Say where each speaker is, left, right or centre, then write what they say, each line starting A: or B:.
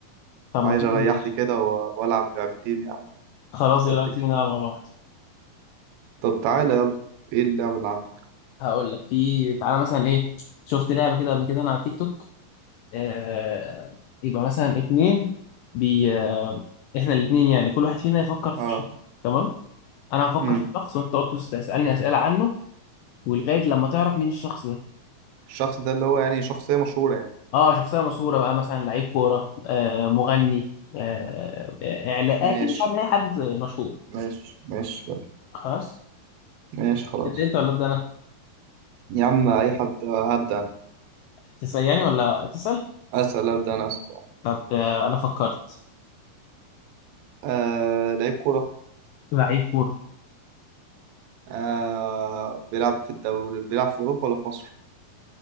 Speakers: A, on the left; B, on the right.
A: طب
B: عايز
A: ما تيجي
B: اريح لي كده و- والعب لعبتين يا عم
A: خلاص
B: كانت
A: ايه رايك
B: تكفي
A: تيجي نلعب مع بعض
B: طب تعالى يلا ايه اللعبه اللي عندك
A: هقول لك في تعالى مثلا ايه شفت لعبه كده قبل كده انا على التيك توك آه... يبقى مثلا اتنين بي آه... احنا الاتنين يعني كل واحد فينا يفكر في
B: اه
A: شخص تمام انا هفكر
B: امم
A: في شخص وانت تقعد تسالني اسئله عنه ولغايه لما تعرف مين الشخص ده
B: الشخص ده اللي هو يعني شخصيه مشهوره يعني
A: اه شخصيه مشهوره بقى مثلا لعيب كوره آه مغني آه اعلان
B: ماشي
A: كده يعني اي حد مشهور
B: ماشي ماشي يلا
A: خلاص
B: ماشي خلاص
A: انت انت ولا ابدا انا
B: يا عم اي حد آه، هبدا أنا.
A: تسالني ولا تسال
B: اسال ابدا انا اسال آه
A: طب آه انا فكرت
B: آه، لعيب كوره
A: لعيب كوره
B: آه بيلعب في الدوري بيلعب في اوروبا ولا في مصر